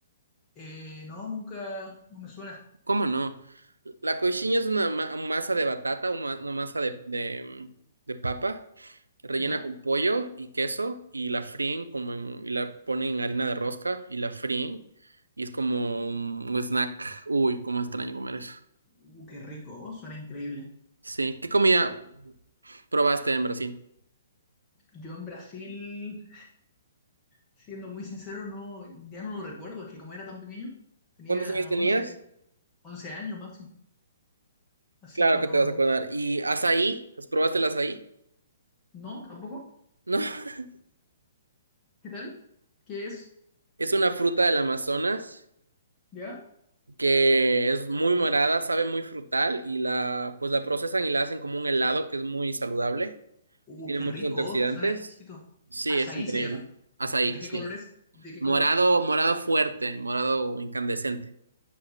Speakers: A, on the left (about 20°); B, on the right (about 80°).
A: Eh, no, nunca, no me suena,
B: ¿Cómo no? La coxinha es una ma- masa de batata, una, una masa de, de, de papa, rellena
A: ¿ya?
B: con pollo y queso y la fríen como en- y la ponen en harina de rosca y la fríen y es como un un snack. Uy, cómo extraño comer eso.
A: Uh, qué rico, oh, suena increíble.
B: Sí, ¿qué comida probaste en Brasil?
A: Yo en Brasil, siendo muy sincero, no, ya no lo recuerdo, es que como era tan pequeño, tenía
B: ¿Cuántos años tenías?
A: once, once años máximo, así
B: Claro
A: que no,
B: que te vas
A: no,
B: a acordar. ¿Y azaí? ¿Has probaste el azaí?
A: no, tampoco.
B: No. <laughs>
A: ¿Qué tal? ¿Qué es?
B: Es una fruta del Amazonas
A: ¿Ya?
B: que es muy morada, sabe muy frutal y la pues la procesan y la hacen como un helado que es muy saludable
A: Uh,
B: y tiene
A: qué
B: muchos
A: rico,
B: antioxidantes.
A: oh, suena exquisito.
B: Sí,
A: Açaí
B: es increíble.
A: se llama.
B: Azaí,
A: ¿De qué
B: sí.
A: color es? ¿De qué
B: Morado,
A: color?
B: morado fuerte, morado incandescente.